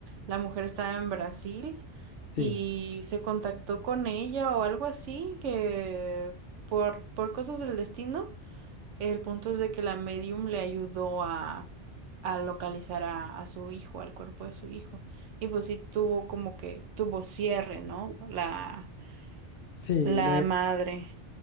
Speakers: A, on the right; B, on the left.
A: la mujer estaba en Brasil
B: Sí.
A: y se contactó con ella o algo así, que por, por cosas del destino, el punto es de que la medium le ayudó a, a localizar a, a su hijo, al cuerpo de su hijo. Y pues sí tuvo como que, tuvo cierre, ¿no? La,
B: Sí,
A: la
B: el,
A: madre.